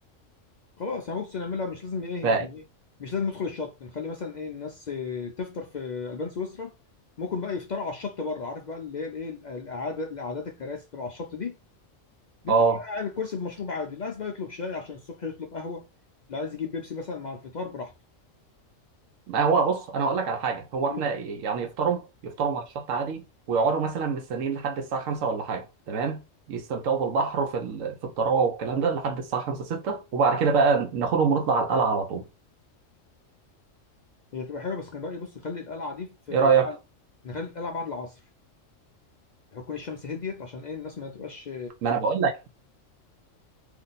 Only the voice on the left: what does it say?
خلاص انا بص نعملها مش لازم ايه
يعني ايه مش لازم ندخل الشط نخلي مثلا ايه الناس آه، تفطر في البان سويسرا ممكن بقى يفطروا على الشط بره عارف بقى اللي هي الايه ال- الاعاده الاعادات الكراسي تبع الشط دي دي
بتبقى قاعد الكرسي بمشروب عادي اللي عايز بقى يطلب شاي عشان الصبح يطلب قهوه اللي عايز يجيب بيبسي مثلا مع الفطار براحته
قول
لي.
هي تبقى حلوه بس كان رايي بص خلي القلعه دي في
نخلي القلعه بعد العصر يكون الشمس هديت عشان ايه الناس ما تبقاش